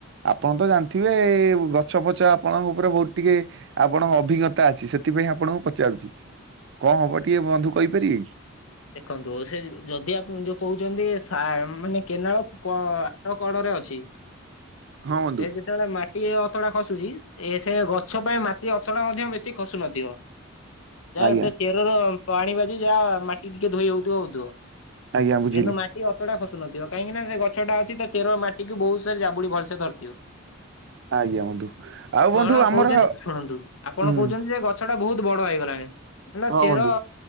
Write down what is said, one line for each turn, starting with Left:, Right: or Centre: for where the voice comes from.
Right: ଆପଣ ତ ଜାଣିଥିବେ ଏ ଗଛ ପଛ ଆପଣଙ୍କ ଓପରେ ବୋହୁତ ଟିକେ ଆପଣଙ୍କ ଅଭିଜ୍ଞତା ଅଛି ସେଥି ତିପାଇଁ ଆପଣଙ୍କୁ ପଚାରୁଚି କଁ ହବ ଟିକେ ବନ୍ଧୁ କହିପାରିବେ କି?
Left: ଦେଖନ୍ତୁ ସେ ଯଦି ଆପଣ ଯୋଉ କୋହୁଚନ୍ତି ସା ମାନେ କେନାଳ କ ଆର କଡ଼ରେ ଅଛି
Right: ହଁ ବନ୍ଧୁ
Left: ସେ ଯେତଳେ ମା ଇଏ ଅତଡ଼ା ଖସୁଚି ଏ ସେ ଗଛ ପାଇଁ ମାଟି ଅତଡ଼ା ମଧ୍ୟ ବେଶୀ ଖସୁନଥିବ। ଯାହା
Right: ଆଜ୍ଞା।
Left: ସେ ଚେରର ପାଣି ବାଜି ଯାହା ମା ଇ ଟିକେ ଧୋଇ ହୋଉଥୁବ ହୋଉଥୁବ
Right: ଆଜ୍ଞା ବୁଝିଲି
Left: ଏ ନ୍ତୁ ମାଟି ଅତଡ଼ା ଖ ସୁନଥିବ କାହିଁକି ନାଁ ସେ ଗଛଟା ଅଛି ତା ଚେର ମାଟିକୁ ବୋହୁସୋରେ ଜାବୁଡ଼ି ଭଲସେ ଧରିଥିବ।
Right: ଆଜ୍ଞା ବନ୍ଧୁ ଆଉ
Left: କଣ
Right: ବନ୍ଧୁ ଆମର
Left: କୋହୁଛନ୍ତି ଶୁଣନ୍ତୁ ଆପଣ
Right: ହୁଁ
Left: କୋହୁଛନ୍ତି ଯେ ଗଛଟା ବୋହୁତ ବଡ଼ ହେଇଗଲାଣି ହେଲା
Right: ହଁ
Left: ଚେର
Right: ବନ୍ଧୁ